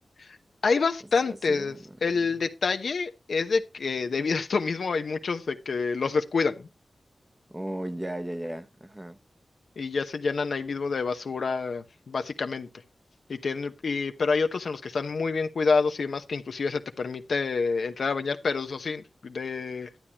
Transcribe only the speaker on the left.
<laughs> Hay bastantes,
el
detalle es de que debido a esto mismo hay muchos de que los descuidan
y ya se llenan ahí mismo de basura básicamente. Y tienen, y, pero hay otros en los que están muy bien cuidados y demás que inclusive se te permite entrar a bañar, pero eso sí, de